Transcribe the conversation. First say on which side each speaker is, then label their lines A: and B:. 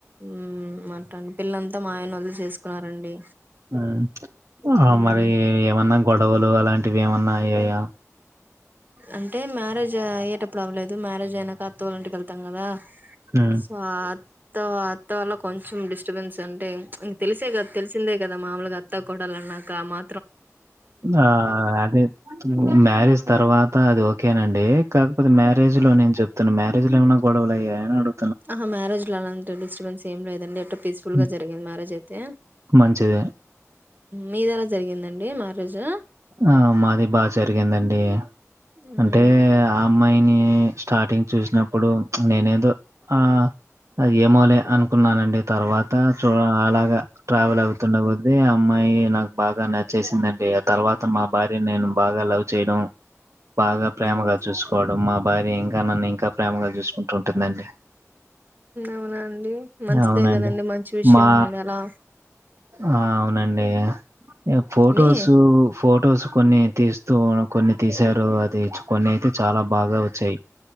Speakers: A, on the right (about 35°); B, on the right (about 65°).
A: ఉమ్ అట్ అడి పిల్లంతా మా ఆయన వాళ్ళ చేసుకున్నారండి
B: ఉమ్ ఆ
A: మ్మ్
B: మరి ఏమన్నా గొడవలు అలాంటివి ఏమన్నా అయ్యాయా
A: అంటే మ్యారేజ్ అయ్యేటప్పు డు అవ్వలేదు మారేజ్ అయినాక అత్తోల్ల ఇంటికి వెళ్ళి తంగాద
B: హ్మ్
A: స త అత్త వల్ల కొంచెం డిస్టర్బెన్స్ అంటే తెసేగదది తెలిసిందేగది ద మామలు అత్తా కొడాలన్నాక మా
B: ఆ అది మ్యరజ తర్వాత అది ఓకేనండి కాకపోతే మ్యారేజ్ లో నేను చెప్తాను మ్యారేజ్ లో ఏమన్నా గొడవలు అయ్యాన్నాడు
A: ఆహా మ్యారేజ్ ఇట్ అలాంటి స్టబెన్స్ ఏ లేదండి ఎ పీస్ఫుల్
B: హ్మ్.
A: గా జరిగింది మ్యారేజ్ అయితే
B: మంచిదే
A: మీద ఎలా జరిగిందండి మా రోజు
B: ఆ మాది బాగా జరిగిందండి
A: మ్మ్
B: అంటే ఆ అమ్మాయిని స్టార్టింగ్ చూసినప్పుడు నేనేదో ఆ ఏమోలే అనుకున్నానండి తర్వాత చ అలగా ట్రావెల్ ఆ ండపోద్ది ఆ అమ్మాయి నాకు బాగా నచ్చేసిందిందండి ఆ తర్వాత తమ్మ భార్య నేను బాగా లవ్ చేయడం బాగా ప్రేమగా
A: మ్మ్
B: చూసుకోవాలి ఇప్పు మా భార్య ఇంకా నన్ను ఇంకా ప్రేమగా చూసుకుంటూ ఉంటుందండి
A: అవునా అండి మంచిదే
B: అవునండి
A: కదండి మంచి విషయేనండి
B: మా
A: అలా
B: ఆ అవునండి ఫొటోస్
A: మీ
B: ఫొటోస్ కొన్ని తీస్తూ కొన్ని తీసారు అది కొన్ని అయితే చాలా బాగా వచ్చాయి